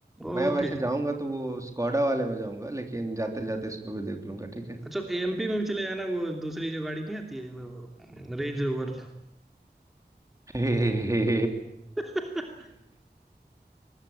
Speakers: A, in the centre; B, on the right.
A: ओके
B: मैं वैसे जाऊंगा तो वो स्कॉडा वाले में जाऊंगा लेकिन जाते जाते इसको भी देख लूंगा ठीक है
A: अच्छा एएमपी में भी चले जाना वो दूसरी जो गाड़ी नहीं आती है वो रेंज रोवर
B: <laughs>
A: <laughs>